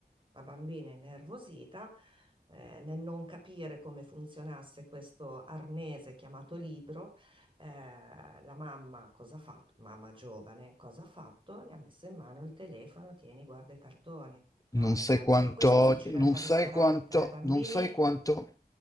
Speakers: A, on the right; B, on the left.
A: la bambina innervosita, eh, nel non capire come funzionasse questo arnese chiamato libro, eh, la mamma cosa ha fatto? Mamma giovane, cosa ha fatto? Le ha messo in mano il telefono, tieni, guarda i cartoni. No,
B: Non
A: ragazzi,
B: sai quanto
A: questo
B: odio,
A: succede anche
B: non
A: al
B: sai
A: ristorante,
B: quanto,
A: eh, bambini.
B: non sai quanto,